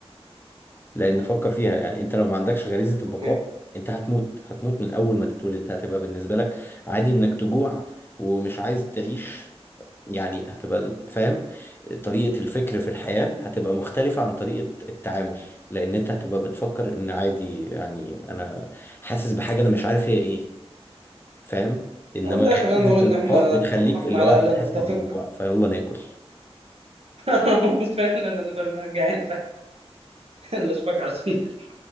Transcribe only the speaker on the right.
اوكي
مم.
والله خلينا نقول
ان
احنا
اتفقنا
على
الا
نتفق
<laughs> فعلا انا بقى جعان فلا اشوفك على خير